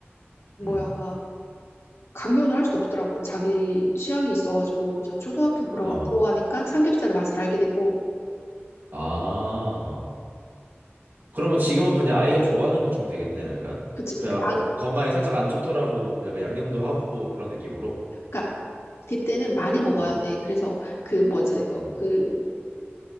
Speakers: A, on the left (about 70°); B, on the right (about 50°).
A: 뭐야
B: 음,
A: 강요는 할 수 없더라고. 자기 취향이 있어가지고 그래서 초등학교 들어가-
B: 어.
A: 들어가니까 삼겹살의 맛을 알게 되고,
B: 아. 그러면 지금은 그냥 아이가 좋아하는 거 주면 되겠네, 약간.
A: 그치? 그러니까,
B: 그냥 막
A: 아,
B: 건강에 살짝 안 좋더라고 약간 양념도 하고 그런 느낌으로.
A: 그러니까 그때는 많이 먹어야
B: 음,
A: 돼. 그래서 그 뭐지
B: 음,
A: 그